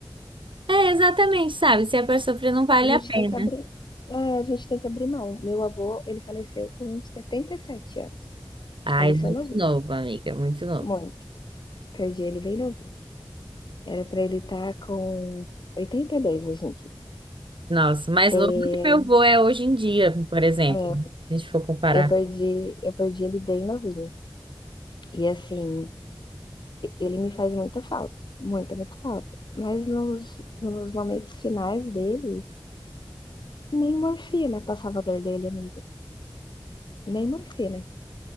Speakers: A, on the right; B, on the left.
A: É, exatamente, sabe? Se a pessoa sofrer, não vale
B: a gente
A: a pena.
B: tem que abrir é, a gente tem que abrir mão. Meu avô, ele faleceu com 77 anos.
A: Ai,
B: Faleceu
A: muito
B: novinho,
A: novo, amiga, muito novo.
B: muito. Perdi ele bem novinho. Era pra ele estar com 82 hoje em dia.
A: Nossa, mais novo
B: Eh,
A: do que meu avô é hoje em dia, por exemplo,
B: é,
A: se a gente for comparar.
B: eu perdi eu perdi ele bem novinho. E assim, e ele me faz muita falta, muita, muita falta. Mas nos nos momentos finais dele, nem morfina passava a dor dele, amiga, nem morfina.